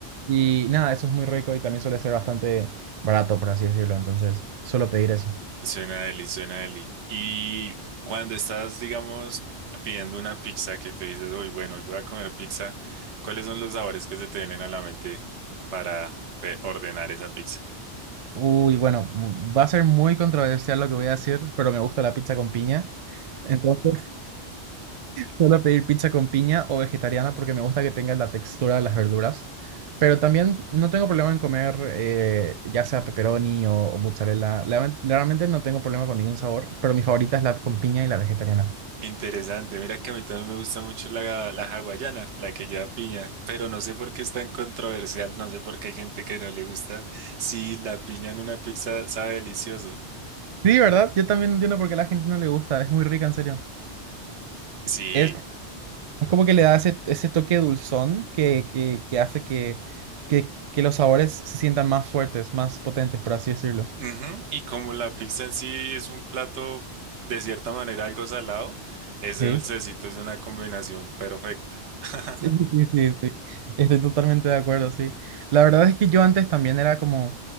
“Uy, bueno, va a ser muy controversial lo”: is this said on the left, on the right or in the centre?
Right